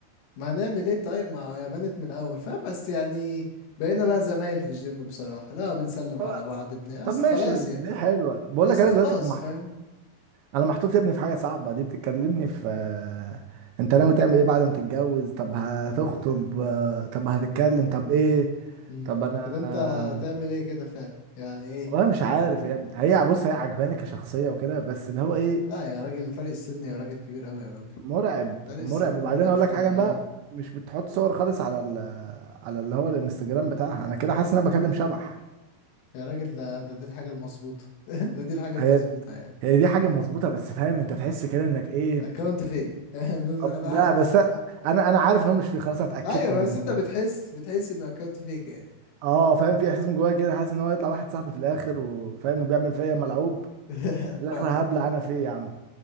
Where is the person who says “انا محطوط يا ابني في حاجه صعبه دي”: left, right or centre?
Right